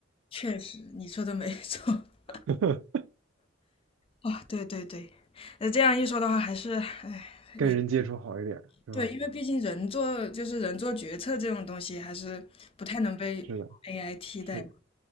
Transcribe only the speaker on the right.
<laughs>
跟人接触好一点，是吧？
是的，
是的，